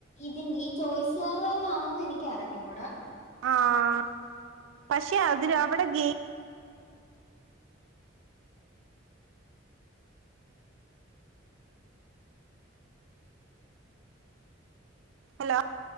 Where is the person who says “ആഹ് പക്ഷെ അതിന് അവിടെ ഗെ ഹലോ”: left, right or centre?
Right